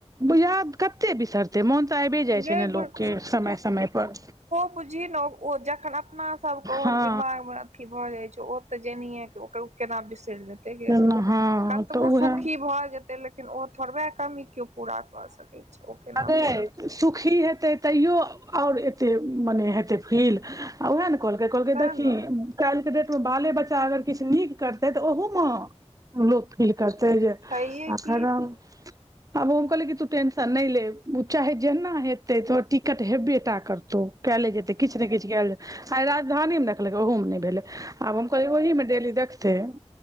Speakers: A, on the right; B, on the right.
A: याद कत कते बिसरते मोन तऽ आबे जाइ
B: गै
A: छै ने लोकके समय समय पर
B: बुझी न ओ जखन अपना सबके ओहन
A: हँ
B: दिमाग मे की भऽ जाय छै ओ तऽ जेनीेक ओ केना बिसरि जेतै हेगे
A: केना हँ
B: कतबो
A: तऽ उएह
B: सुखी भऽ जेतै लेक लेकिन ओ थोड़बे कमी केओ पूरा कऽ सकै छै ओ केना
A: अगे
B: बिसरतै
A: सुखी हेतै तैयो आओर एते मने हेतै फील आ ओएह ने कहलकै कहलकै
B: तें
A: देखहि
B: ने
A: काल्हिके डेटमे बाले बच्चा अगर किछ नीक करतै तऽ ओहूम लोग फील करतै ह जे
B: छैहे
A: आखरौ
B: कि
A: अब हम कहलियै कि तू टेंशन नहि ले ओ चाहे जेना हेतै तोहर टिकट हेबे टा करतौ कयले जेतै किछ ने किछ केएल जे आय राजधानीमे देखलकै ओहोमे नहि भेलै आब हम कहलियै ओहिमे डेली देखथिन